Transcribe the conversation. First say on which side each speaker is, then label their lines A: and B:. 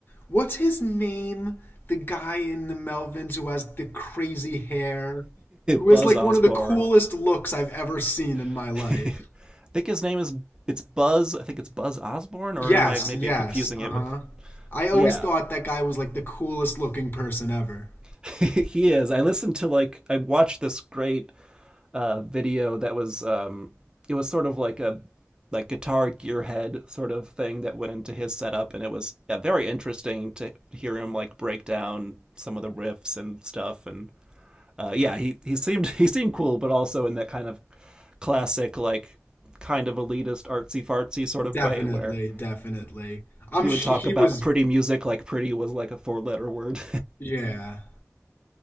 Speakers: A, on the left; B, on the right.
A: What's his name? The guy in the Melvins who has the crazy hair, who
B: <laughs> Buzz
A: is like
B: Osborne.
A: one of the coolest looks I've ever seen in my
B: <laughs>
A: life.
B: I think his name is it's Buzz. I think it's Buzz Osborne,
A: Yes,
B: or am I maybe
A: yes,
B: confusing
A: uh-huh.
B: it with?
A: I always
B: Yeah,
A: thought that guy was like the coolest looking person ever.
B: <laughs> he is. I listened to like I watched this great uh, video that was um, it was sort of like a like guitar gearhead sort of thing that went into his setup, and it was yeah, very interesting to hear him like break down some of the riffs and stuff. And uh, yeah, he he seemed <laughs> he seemed cool, but also in that kind of classic like kind of elitist artsy fartsy sort of
A: Definitely,
B: way where
A: definitely. I'm
B: he would
A: sh
B: talk
A: he
B: about
A: was,
B: pretty music like pretty was like a four letter word.
A: yeah.